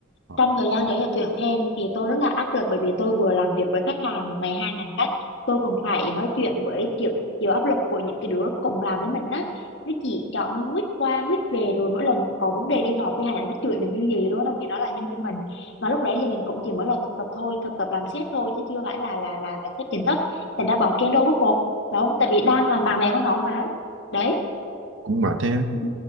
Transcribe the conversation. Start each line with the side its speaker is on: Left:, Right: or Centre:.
Right: Ờ,
Left: Trong thời gian đấy để tuyển thêm thì tôi rất là áp lực bởi vì tôi vừa làm việc với khách hàng một ngày hai ngàn khách, tôi còn phải nói chuyện với chịu chịu áp lực của những cái đứa cùng làm với mình á. Nó chỉ chọn nó quýt qua quýt về rồi mỗi lần có vấn đề đi họp với hàng nó chửi mình như gì luôn á, trong khi nó là nhân viên mình. Mà lúc đấy thì mình cũng chỉ mới là thực tập thôi, thực tập làm sếp thôi chứ chưa phải là là là là sếp chính thức. Thành ra bọn kia đâu có phục. Đúng, tại vì đang làm bạn bè của nó mà. Đấy.
Right: cũng mệt ha
Left: Ừ,